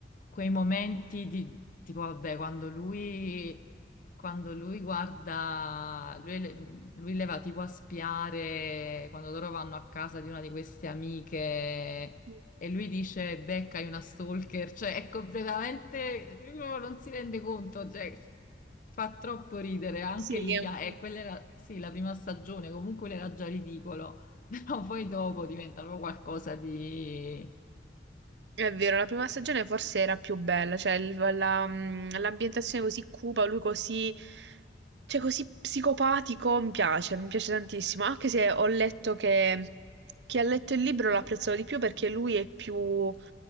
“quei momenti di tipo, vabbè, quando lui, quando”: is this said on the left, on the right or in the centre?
Left